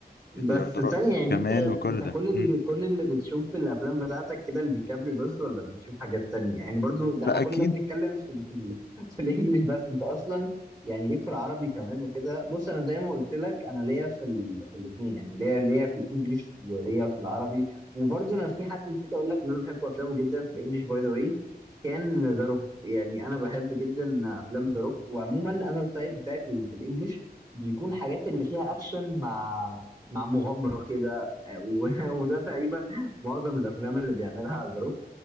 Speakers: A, on the left (about 75°); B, on the right (about 20°).
A: ومليارديرات
B: بس ثانية يعني
A: كمان
B: انت
A: وكل
B: انت
A: ده
B: كل اللي
A: مم.
B: كل اللي بتشوف في الافلام بتاعتك كده لديكابري بس ولا بتشوف حاجات تانية يعني برضو ده
A: لا
B: احنا كل
A: اكيد
B: ده بنتكلم في ال- في ال <laughs> في الانجليش بس انت اصلا يعني ليك في العربي كمان وكده بص انا زي ما قلت لك انا ليا في ال في الاثنين يعني ليا ليا في الانجليش وليا في العربي وبرضو انا في حد نسيت اقول لك ان انا بحب افلامه جدا في الانجليش باي ذا واي كان ذا روك يعني انا بحب جدا افلام ذا روك وعموما انا التايب بتاعي في ال- في الانجليش بيكون حاجات اللي فيها اكشن مع مع مغامرة كده آه، و- <laughs> وده تقريبا معظم الأفلام اللي بيعملها ذا روك